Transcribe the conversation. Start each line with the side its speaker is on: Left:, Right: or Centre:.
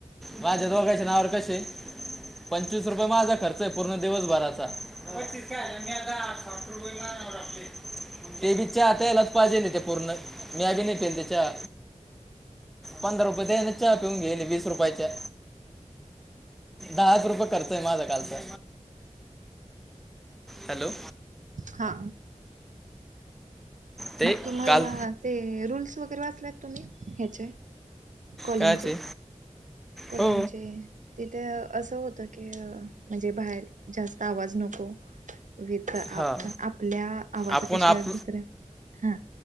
Centre: माझ्या दोघांच्या नावर कसे पंचवीस रुपये माझा खर्च आहे पूर्ण दिवसभराचा. तिथ आहे म रपली. <unintelligible> ते बी चहा आता यालाच पाहिजे ना ते पूर्ण, म्या बी नाही पेलते चहा. पंधरा रुपये त्याने चहा पिऊन घेले, वीस रुपयाचे त्या, दहाच रुपये खर्च आहे माझा कालचा. हॅलो.
Right: हा.
Centre: ते
Right: तुम्हाला
Centre: काल
Right: ते रूल्स वगैरे वाचलात तुम्ही ह्याचे? कॉलिंगचे
Centre: कायचे
Right: कॉलिंगचे.
Centre: हो
Right: तिथे असं होत की म्हणजे बाहेर जास्त आवाज नको. विथ
Centre: हां
Right: आप आपल्या आवाजापेक्षा
Centre: आपण आप
Right: दुसऱ्या हा